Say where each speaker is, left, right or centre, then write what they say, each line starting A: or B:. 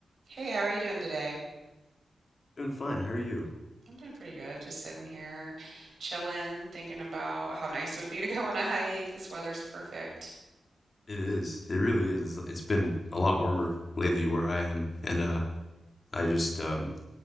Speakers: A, on the right; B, on the left.
A: Hey, how are you doing today?
B: Doing fine. How are you?
A: I'm doing pretty good. Just sitting here, chilling, thinking about how nice it would be to <laughs> go on a hike. This weather's perfect.
B: It is. It really is. It's, it's been a lot warmer lately where I am, and uh, I just um,